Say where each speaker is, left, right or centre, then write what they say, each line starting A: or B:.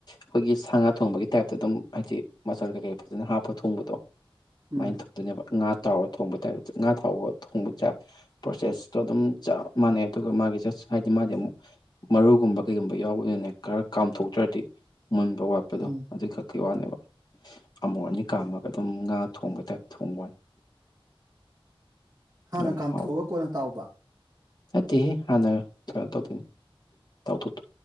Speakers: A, on the left; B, on the right.
A: ꯑꯈꯣꯏꯒꯤ ꯁꯥꯅꯥ ꯊꯣꯡꯕꯒꯤ ꯇꯥꯏꯞꯇ ꯑꯗꯨꯝ ꯍꯥꯏꯗꯤ ꯃꯆꯜ ꯀꯩꯀꯩ ꯐꯖꯅ ꯍꯥꯞ ꯄꯣꯊꯣꯡꯕꯗꯣ
B: ꯎꯝ
A: ꯁꯨꯃꯥꯏꯅ ꯊꯛꯇꯣꯏꯅꯦꯕ ꯉꯥ ꯇꯥꯎꯔ ꯊꯣꯡꯕꯩ ꯇꯥ꯭ꯏꯞꯇ ꯉꯥ ꯇꯥꯎꯕ ꯊꯣꯡꯕ ꯆꯥꯛ ꯄ꯭ꯔꯣꯁꯦꯁ ꯇ ꯑꯗꯨꯝ ꯆꯞ ꯃꯥꯟꯅꯩ ꯑꯗꯨꯒ ꯃꯥꯒꯤ ꯖꯁ ꯍꯥꯏꯗꯤ ꯃꯥꯨꯗꯤ ꯑꯃꯨꯛ ꯃꯔꯨꯒꯨꯝꯕ ꯀꯩꯒꯨꯝꯕ ꯌꯥꯎꯕꯅꯤꯅꯅꯦ ꯈꯔ ꯀꯥꯝꯊꯣꯛꯇ꯭ꯔꯗꯤ ꯃꯨꯟꯕ ꯋꯥꯠꯄꯗꯣ
B: ꯎꯝ
A: ꯑꯗꯨꯏ ꯈꯛꯀꯤ ꯋꯥꯅꯦꯕ ꯑꯃꯨꯔꯛ ꯑꯅꯤꯔꯛ ꯀꯥꯝꯃ ꯑꯗꯨꯝ ꯉꯥ ꯊꯣꯡꯕꯩ ꯇꯥꯏꯞꯇ ꯊꯣꯡꯕꯩ ꯋꯥꯅꯤ <inaudible>
B: ꯍꯥꯟꯅ
A: ꯌꯥꯝ ꯍꯥꯎꯋꯤ
B: ꯀꯥꯝꯊꯣꯛ ꯑꯒ ꯀꯣꯟꯅ ꯇꯥꯎꯕ
A: ꯅꯠꯇꯦꯍꯦ ꯍꯥꯟꯅ ꯀꯩꯅꯣ ꯇꯧꯗꯣꯏꯅꯤ ꯇꯥꯎꯊꯣꯛ